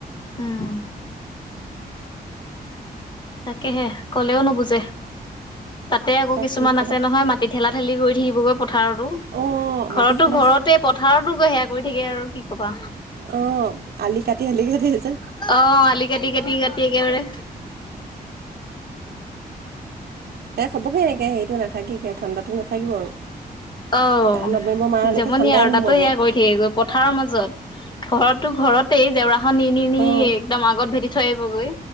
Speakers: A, on the left; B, on the right.
A: উম, তাকেহে কলেও নুবুজে তাতে আকৌ
B: কাক
A: কিছুমান
B: কি ক'বা
A: আছে নহয় মা মাটি ঠেলা ঠেলি কৰি থাকিবগৈ পথাৰত।
B: অঁ
A: ঘৰতো
B: মাটি খেদা
A: ঘৰতে পথাৰতো সেয়া কৰি থাকে আৰু কি কবা।
B: অঁ আলি কাটি শালিকে চাটিছে <unintelligible>
A: অ', আলি কাটি কাটি কাটি একেবাৰে।
B: এ হ'বগে এনেকে সেইটো নাথাকেগে আৰু ঠাণ্ডাতো নথাকিব আৰু
A: অ',
B: নৱেম্বৰ মাহলৈকে
A: জমনি
B: ঠাণ্ডাই
A: আৰু
B: নোসোমাব
A: তাতো সেয়া গৈ সে গৈ পথাৰৰ মাজত ঘৰতো ঘৰতে জেওৰাখন নি নি নি
B: অঁ
A: একদম আগত ভেটি থৈ আহিবগৈ